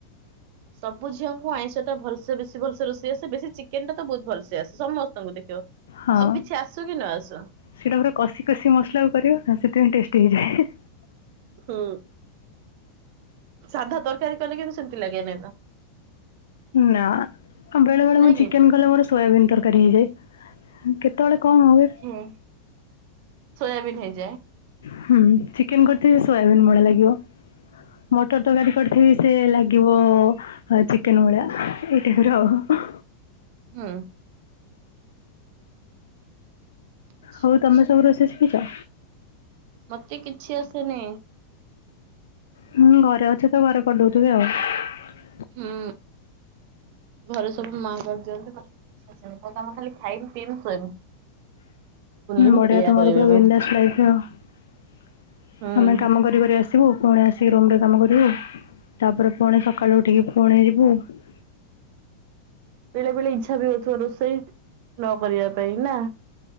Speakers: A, on the right; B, on the left.
A: ସବୁ ଝିଅଙ୍କୁ ଆଇଁଷ ଟା ଭଲ ବେଶୀ ଭଲସେ ରୋଷେଇ ଆସେ ବେଶୀ ଚିକେନ ଟା ତ ବହୁତ ଭଲସ ଆସେ ସମସ୍ତଙ୍କୁ ଦେଖିବ
B: ହଁ
A: ଆଉ କିଛି ଆସୁ କି ନ ଆସୁ।
B: ସେଇଟା ପୁରା କଷି କଷି ମସଲା କରିବ ନା ସେଥିପାଇଁ ଟେଷ୍ଟି ହେଇଯାଏ।
A: ହୁଁ। ସାଧା ତରକାରୀ କଲେ କିନ୍ତୁ ସେମତି ଲାଗେନାଇ ତ।
B: ନା ଆଉ ବେଳେ ବେଳେ
A: ନାଇଁ
B: ମୁଁ ଚିକେନ
A: କି
B: କଲେ ମୋର ସୋୟାବନ୍ ତରକାରୀ ହେଇଯାଏ। କେତେବେଳେ କଣ ହୁଏ
A: ହୁଁ ସୋୟାବନ୍ ହେଇଛି।
B: ହୁଁ ଚିକେନ କରିଥିବେ ସୋୟାଵିନ୍ ଭଳିଆ ଲାଗିବ। ମଟର ତ ଗାଡି କରିଥିବି ସେ ଲାଗିବ ଚିକେନ ଭଳିଆ ଏଇଟାଇପ ର ଆଉ ହ
A: ହୁଁ। ଆଚ୍ଛା
B: ହୋଉ
A: ଆଚ୍ଛା।
B: ତମେ ସବୁ ରୋଷେଇ ସିକିଛ?
A: ମତେ କିଛି ଆସେନି।
B: ହୁଁ ଘରେ ଅଛ ତ ଘରେ କରି ଦଉଥିବେ ଆଉ।
A: ହୁଁ। ଘରେ ସବୁ ମା କରିଦିଅନ୍ତି ମତୋ ମୋ କାମ ଖାଲି ଖାଇି ପିଇବି ଶୋଇବି। ବୁଲିବି
B: ବଢିଆ
A: ଏଇଆ
B: ତମର
A: କରିବି
B: ପୁରା
A: ମୁଁ
B: ଵିନ୍ଦାସ ଲାଇଫ ଆଉ।
A: ହୁଁ।
B: ଆମେ କାମ କରି କରି ଆସିବୁ। ପୁଣି ଆସିକି ରୁମ ରେ କାମ କରିବୁ ତାପରେ ପୁଣି ସକାଳୁ ଉଠିକି ପୁଣି ଯିବୁ। ହ
A: ବେଳେ ବେଳେ ଇଚ୍ଛା ବି ହଉଥିବ ରୋଷେଇ ନ କରିବା ପାଇଁ ନା?